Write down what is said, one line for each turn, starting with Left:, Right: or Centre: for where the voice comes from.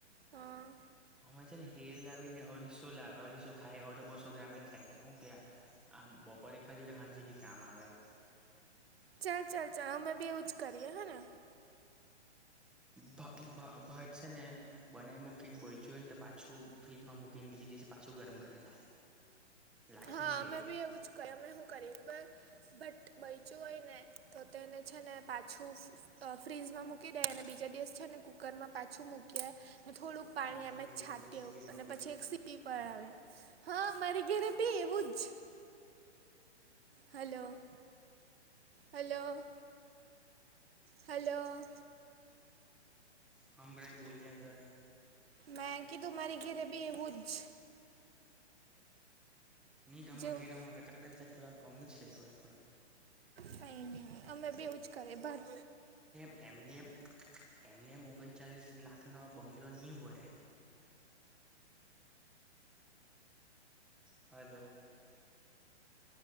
Right: હા.
Centre: અમે છે ને હેર લાવીને અઢીસો લા અઢીસો ખાય હવે તો બસો ગ્રામ જ ખાય તો હું ક્યાં આમ બપોરે ખાધુ તો હાંઝે બી કામ આવે એમ.
Right: ચાલ ચાલ ચાલ અમે બી એવું જ કરીએ હે ને?
Centre: ભ ભ ભાત છે ને બનાઈ મૂકીને બયચું ને તો પાછું ફ્રીજમાં મૂકીને બીજે દિવસે પાછું ગરમ કરીને ખાય. લાખી
Right: હા
Centre: ની
Right: અમે
Centre: દે
Right: બી એવું જ કરીએ અમે હુ કરીએ ખબર? બટ બયચું હોય ને તો તેને છે ને પાછું ફ ફ્રીઝમાં મૂક મૂકી દે અને બીજા દિવસ છે ને કુકરમાં પાછું મૂકીએ, ને થોડુંક પાણી
Centre: આમાં
Right: અમે
Centre: ઘેરે
Right: છાંટી
Centre: પરિસ્થિતિ
Right: આવ,
Centre: નબળી
Right: અને પછી એક સી ટી પણ આવે. હા મારી ઘેરે ભી એવું જ. હલો. હલો. હલો.
Centre: હંભળાય બોલ્યા કર.
Right: મેં કીધું મારી ઘેરે બી એવું જ.
Centre: ની તો અમાર
Right: જેવું
Centre: ઘેરા માં <inaudible> જ થોડા કમ જ છે થોડાક-થોડાક.
Right: કંઈ ની, અમે બી એવું જ કરીએ, ભાત
Centre: એમનેમ, એમનેમ ઓગણચાલીસ લાખનો બંગલો ની ઊભો થાય. હલો.